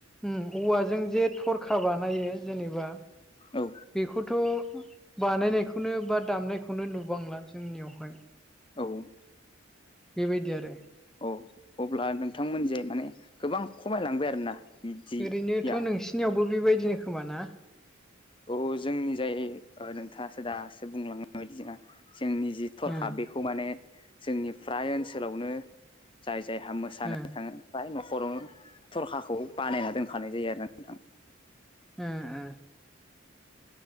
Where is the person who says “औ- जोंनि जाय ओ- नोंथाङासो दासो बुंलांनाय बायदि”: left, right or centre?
Left